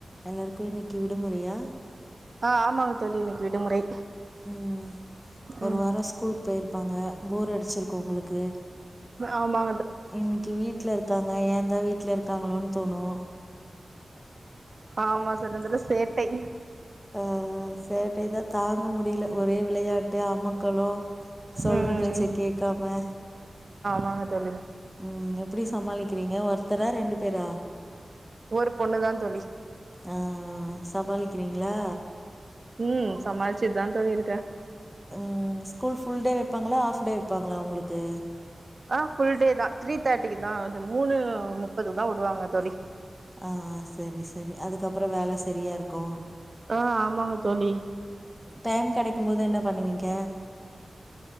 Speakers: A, in the centre; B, on the right.
A: எல்லாருக்கு இன்னிக்கி விடுமுறையா
B: ஆ ஆமாங்க தோழி இன்னிக்கு விடுமுறை
A: ம் ஒரு
B: ம்
A: வாரோ ஸ்கூல் போய்ர் பாங்க போர் அடிச்சிருக்கு உங்களுக்கு
B: ஆமா
A: இன்னிக்கு வீட்ல இருக்காங்க ஏன் தா வீட்ல இருக்காங்களோன் தோணு
B: ஆமா சர் வந்துட்டு சேட்டை
A: ஆ சேட்டை தா தாங்க முடில ஒரே விளையாட்டு அமக்களோ சொல்ற
B: ம்
A: பேச்ச கேக்காம
B: மாங்க தோழி
A: ம் எப்டி சமாளிக்கிறீங்க ஒருத்தரா ரெண்டு பேரா
B: ஒரு பொண்ணு தான் தோழி
A: ஆ சமாளிக்றீங்ளா
B: ம் சமாளிச்சுட்டு தான் தோழி இருக்கேன்
A: ம் ஸ்கூல் ஃபுல்டே வைப்பாங்களா ஆஃப் டே வைப்பா ளா உங்ளுக்கு
B: ஆ ஃபுல் டே தா த்ரீ தேர்டிக்கு தா அது மூணு முப்பதுக்கு தா உடுவாங்க தோழி
A: ஆ சரி சரி அதுக்கப்றோ வேல சரியா இருக்கு
B: ஆ ஆமாங்க தோழி
A: டைம் கடைக்கும் போது என்ன பண்ணுவீங்க